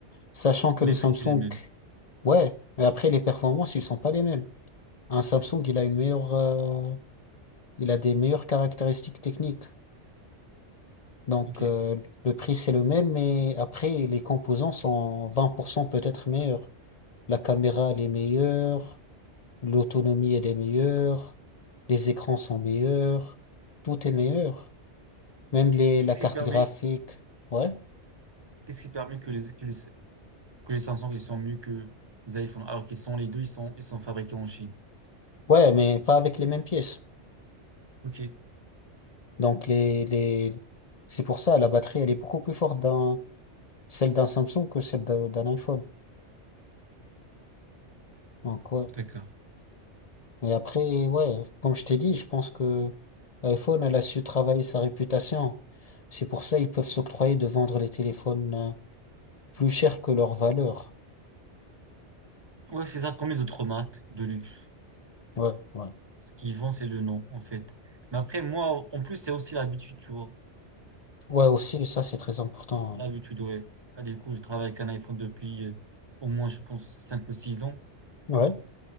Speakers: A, on the left; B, on the right.
A: sachant que
B: Les
A: le Samsung,
B: prix, c'est les mêmes.
A: ouais, mais après les performances, ils sont pas les mêmes. Un Samsung, il a une meilleure, euh, il a des meilleures caractéristiques techniques. Donc,
B: Ok.
A: euh, le prix, c'est le même, mais après, les composants sont 20% peut-être meilleurs. La caméra, elle est meilleure, l'autonomie, elle est meilleure, les écrans sont meilleurs, tout est meilleur. Même les,
B: Qu'est-ce
A: la carte
B: qui permet,
A: graphique. Ouais.
B: qu'est-ce qui permet que les, que les, que les Samsung ils sont mieux que les iPhones alors qu'ils sont les deux, ils sont, ils sont fabriqués en Chine.
A: Ouais, mais pas avec les mêmes pièces.
B: Ok,
A: Donc les, les... c'est pour ça, la batterie, elle est beaucoup plus forte dans celle d'un Samsung que celle d'un d'un iPhone. Donc ouais.
B: d'accord.
A: Et après, ouais, comme je t'ai dit, je pense que iPhone, elle a su travailler sa réputation. C'est pour ça ils peuvent s'octroyer de vendre les téléphones euh, plus chers que leur valeur.
B: Ouais, c'est ça, comme les autres marques de luxe.
A: Ouais, ouais.
B: Ce qu'ils vendent, c'est le nom, en fait. Mais après, moi, en plus, c'est aussi l'habitude, tu vois.
A: Ouais, aussi, ça, c'est très important.
B: L'habitude, ouais. Là, du coup, je travaille avec un iPhone depuis euh, au moins, je pense, 5 ou 6 ans.
A: Ouais.